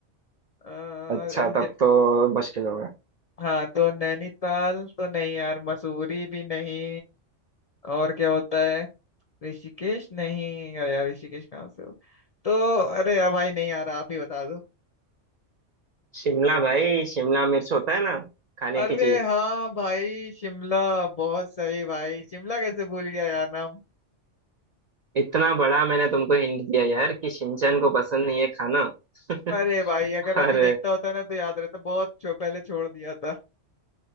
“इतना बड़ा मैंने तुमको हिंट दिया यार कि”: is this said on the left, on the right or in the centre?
Right